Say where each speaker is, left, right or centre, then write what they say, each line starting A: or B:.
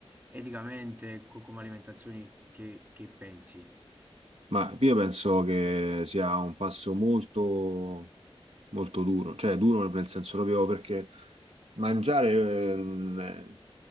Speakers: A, on the right; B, on the right.
A: eticamente, co- come alimentazioni, che, che pensi?
B: Ma io penso che sia un passo molto, molto duro, cioè duro nel senso proprio perché mangiare, ehm,